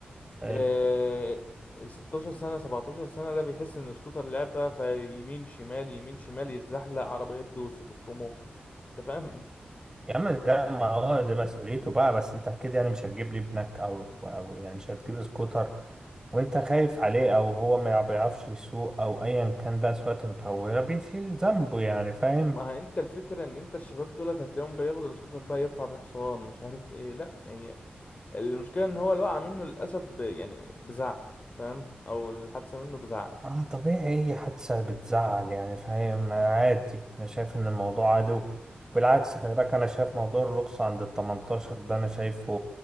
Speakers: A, on the right; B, on the left.
A: آه،
B: آه، ال 16 سنة 17 سنة ده بيحس إن سكوتر لعبة فيمين شمال يمين شمال يتزحلق عربية تدوس تفرمه أنت فاهم؟
A: يا عم ده ما هو ده مسؤوليته بقى بس انت اكيد يعني مش هتجيب لي ابنك او او يعني مش هتجيب لي سكوتر وانت خايف عليه او هو ما بيعرفش يسوق او ايا كان بقى سواقته متهوره بيشيل ذنبه يعني فاهم
B: <laughs> ما هي أنت الفكرة إن أنت الشباب دولت هتلاقيهم بياخدوا السكوتر بقى يرفع بيه حصان مش عارف إيه لأ هي المشكلة إن هو اللي وقع منه للأسف ب... يعني بزعل فاهم؟ أو الحادثة منه بزعل
A: اه طبيعي اي حادثه بتزعل يعني فاهم عادي انا شايف ان الموضوع عادي بالعكس خلي بالك انا شايف موضوع الرخصه عند ال 18 ده انا شايفه